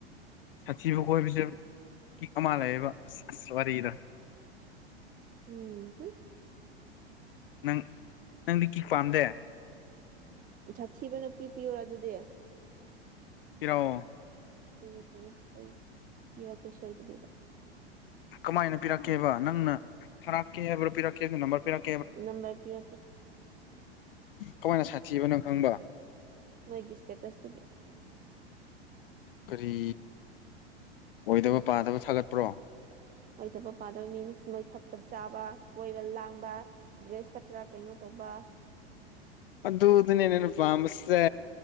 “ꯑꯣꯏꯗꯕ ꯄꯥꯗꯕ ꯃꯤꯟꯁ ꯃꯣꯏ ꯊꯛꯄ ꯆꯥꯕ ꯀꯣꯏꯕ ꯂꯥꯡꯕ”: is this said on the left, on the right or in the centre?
Right